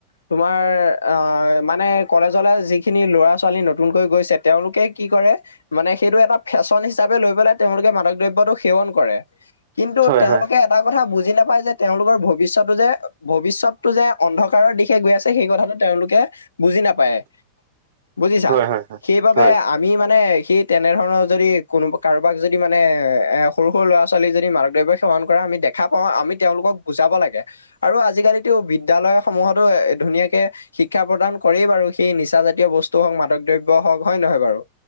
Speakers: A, on the left; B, on the right.
A: তোমাৰ অ মানে কলেজলে যিখিনি লৰা ছোৱালী নতুনকৈ গৈছে তেওঁলোকে কি কৰে মানে সেইটো এটা ফেশ্বন হিচাপে লৈ পেলাই তেওঁলোকে মাদক দ্ৰব্যটো সেৱন কৰে কিন্তু
B: হয়
A: তেওঁলোকে
B: হয়
A: এটা কথা বুজি বুজি নাপায় যে তেওঁলোকৰ ভৱিষ্যতটো যে ভৱিষ্যতটো যে অন্ধকাৰৰ দিশে গৈ আছে সেই কথাটো তেওঁলোকে বুজি নাপায় বুজিছা
B: হয় হয় হয়
A: সেইবাবে
B: হয়
A: আমি মানে সেই তেনেধৰণৰ যদি কোনো কাৰোবাক যদি মানে সৰু সৰু ল'ৰা ছোৱালীক যদি মাদক দ্ৰব্য সেৱন কৰা আমি দেখা পাওঁ আমি তেওঁলোকক বুজাব লাগে আৰু আজিকালিতো বিদ্যালয় সমূহতো এ ধুনীয়াকে শিক্ষা প্ৰদান কৰেই বাৰু সেই নিচা জাতীয় বস্তু হওক মাদক দ্ৰব্য হওক হয় নহয় বাৰু